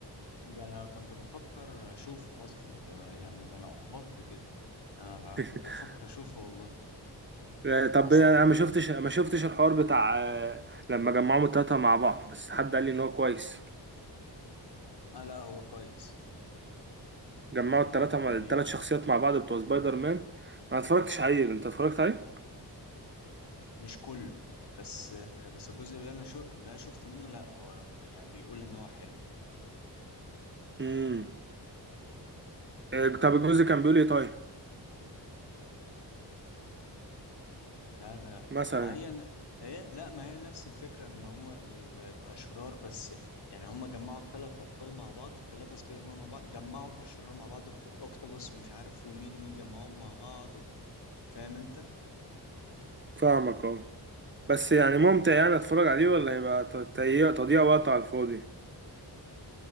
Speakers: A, on the left; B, on the right.
A: ده انا كنت بفكر اشوفه اصلا ده يعني ده انا احبطت كده انا فع-
B: <laughs>
A: كنت بفكر اشوفه والله
B: آه، طب
A: أصلا
B: انا ما شفتش ما شفتش الحوار بتاع آه، لما جمعوهم التلاتة مع بعض بس حد قال لي ان هو كويس
A: آه لا هو كويس
B: جمعوا
A: يعني
B: التلاتة
A: هي
B: مع... التلات
A: دي
B: شخصيات مع بعض بتوع سبايدر مان انا ما اتفرجتش عليه انت اتفرجت عليه
A: مش كله بس آه، بس الجزء اللي أنا شو اللي أنا شفت منه لا هو ب- يعني بيقول إن هو حلو
B: امم إيه، طب الجزء كان بيقول ايه طيب
A: لا ده
B: مثلا
A: ما هي ن- ايه لا ما هي نفس الفكره ان هم ال- الاشرار بس يعني هم جمعوا الثلاث ابطال مع بعض الثلاثه سبايدر مان مع بعض جمعوا الاشرار مع بعض دكتور اوكتوبوس ومش عارف ومين ومين جمعوهم مع بعض و... فاهم انت
B: فاهمك اه بس يعني ممتع يعني اتفرج عليه
A: مهم.
B: ولا يبقى ت- تضييع تضييع وقت على الفاضي